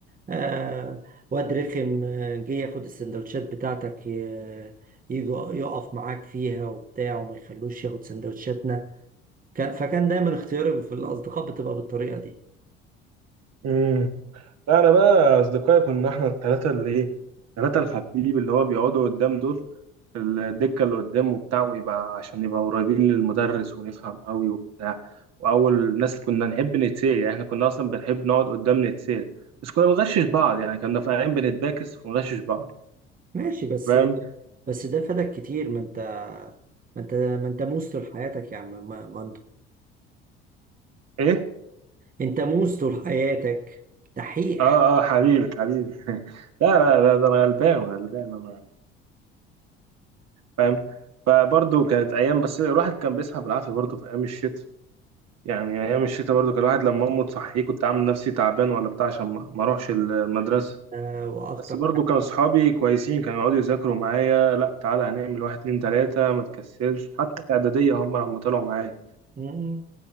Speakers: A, on the right (about 25°); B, on the right (about 55°).
A: آه واد رخم آه، جه ياخد السندوتشات بتاعتك ي- يجوا يقف معاك فيها وبتاع وما يخلوش ياخد سندوتشاتنا كان- فكان دايما اختياري في الأصدقاء بتبقى بالطريقة دي
B: امم لا انا بقى اصدقائي كنا احنا الثلاثة اللي ايه الثلاثة الحبيب اللي هو بيقعدوا قدام دول الدكة اللي قدام وبتاع ويبقى عشان نبقى قريبين للمدرس ونفهم قوي وبتاع وأول ناس كنا نحب نتسال يعني احنا كنا أصلا بنحب نقعد قدام نتسال بس كنا بنغشش بعض يعني كنا في أيام بنتباكس ونغشش بعض
A: ماشي بس
B: فاهم
A: بس ده فادك كتير ما انت ما انت ما انت موس طول حياتك يا عم ما- مندو
B: إيه؟
A: انت موس طول حياتك دحيح
B: آه آه حبيبي حبيبي <laughs> لا لا لا ده أنا غلبان غلبان أنا فاهم فبرضه كانت أيام بس الواحد كان بيصحى بالعافية برضه في أيام الشتاء يعني أيام الشتاء برضه كان الواحد لما أمه تصحيه كنت عامل نفسي تعبان ولا بتاع عشان ما ما أروحش المدرسة
A: آه واكتر
B: بس برضو كان صحابي كويسين كانوا يقعدوا يذاكروا معايا لا تعالى هنعمل واحد اتنين تلاتة ما تكسلش حتى في إعدادية هم لما طلعوا معايا
A: حاجة